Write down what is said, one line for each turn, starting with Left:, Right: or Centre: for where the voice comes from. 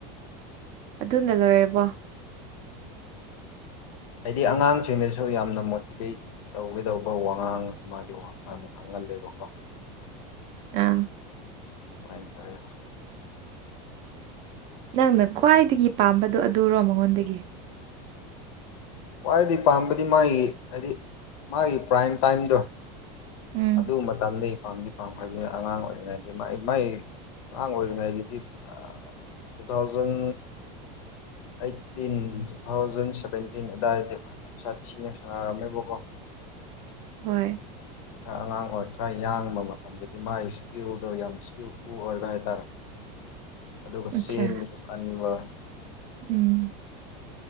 Right: ꯑꯗꯨꯅ ꯂꯣꯏꯔꯕꯣ
Left: ꯍꯥꯏꯗꯤ ꯑꯉꯥꯡꯁꯤꯡꯅꯁꯨ ꯌꯥꯝꯅ ꯃꯣꯇꯤꯚꯦꯠ ꯇꯧꯒꯦꯗꯧꯕ ꯋꯥꯉꯥꯡ ꯃꯥꯒꯤ ꯋꯥꯉꯥꯡ ꯉꯥꯡꯍꯜꯂꯕꯣꯀꯣ
Right: ꯑ
Left: ꯑꯗꯨꯃꯥꯏꯅ ꯇꯔꯦ
Right: ꯅꯪꯅ ꯈ꯭ꯋꯥꯏꯗꯒꯤ ꯄꯥꯝꯕꯗꯣ ꯑꯗꯨꯔꯣ ꯃꯉꯣꯟꯗꯒꯤ
Left: ꯈ꯭ꯋꯥꯏꯗꯩ ꯄꯥꯝꯕꯗꯤ ꯃꯥꯒꯤ ꯍꯥꯏꯗꯤ ꯃꯥꯒꯤ ꯄ꯭ꯔꯥꯏꯝ ꯇꯥꯏꯝꯗꯣ
Right: ꯎꯝ
Left: ꯑꯗꯨ ꯃꯇꯝꯗ ꯄꯥꯝꯗꯤ ꯄꯥꯝꯈ꯭ꯔꯗꯨꯅꯤ ꯑꯉꯥꯡ ꯑꯣꯏꯔꯤꯉꯩꯗꯤ ꯃꯥꯏ ꯑꯉꯥꯡ ꯑꯣꯏꯔꯤꯉꯩꯗꯗꯤ ꯄꯨ two thousand eighteen two thousand seventeen ꯑꯗꯨꯋꯥꯏꯗ ꯌꯥꯝ ꯁꯥꯊꯤꯅ ꯁꯥꯟꯅꯔꯝꯃꯦꯕꯀꯣ
Right: ꯍꯣꯏ
Left: ꯈꯔ ꯑꯉꯥꯡ ꯑꯣꯏꯔ ꯈꯔ ꯌꯥꯡꯕ ꯃꯇꯝꯗꯗꯤ ꯃꯥꯒꯤ ꯏꯁꯀꯤꯜꯗꯣ ꯌꯥꯝ ꯏꯁꯀꯤꯜꯐꯨꯜ ꯑꯣꯏꯕ ꯍꯥꯏꯇꯥꯔꯦ ꯑꯗꯨꯒ
Right: ꯑꯠꯆꯥ
Left: ꯆꯦꯟꯕꯁꯨ ꯀꯟꯕ
Right: ꯎꯝ